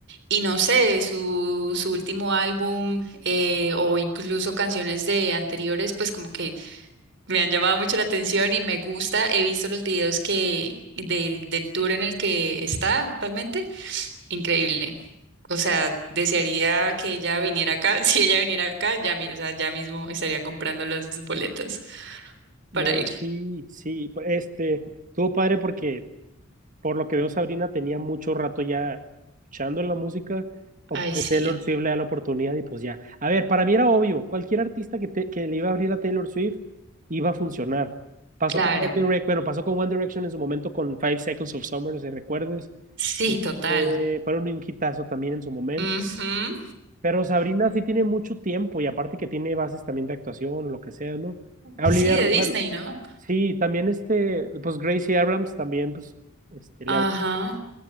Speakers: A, on the right; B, on the right.
A: Y no sé, su, su último álbum eh, o incluso canciones de anteriores, pues como que me han llamado mucho la atención y me gusta. He visto los videos que del, del tour en el que está actualmente. Increíble. O sea, desearía que ella viniera acá. <laughs> Si ella viniera acá, ya, mi- o sea, ya mismo estaría comprando los boletos
B: No,
A: para ir.
B: sí, sí, pues, este, estuvo padre porque Por lo que veo, Sabrina tenía mucho rato ya echando en la música. O
A: Ay,
B: o
A: sí,
B: Taylor Swift le da la oportunidad y pues ya. A ver, para mí era obvio, cualquier artista que, te- que le iba a abrir a Taylor Swift iba a funcionar. Pasó
A: claro.
B: con One Direction, bueno, pasó con One Direction en su momento con Five Seconds of Summer, si recuerdes.
A: Sí,
B: Este,
A: total.
B: fueron un hitazo también en su momento.
A: Ujú.
B: Pero Sabrina sí tiene mucho tiempo y aparte que tiene bases también de actuación, lo que sea, ¿no? Olivia,
A: Sí, de
B: Ro-
A: Disney,
B: bueno,
A: ¿no?
B: sí, también este, pues Gracie Abrams también, pues, este, le abrió
A: Ajá.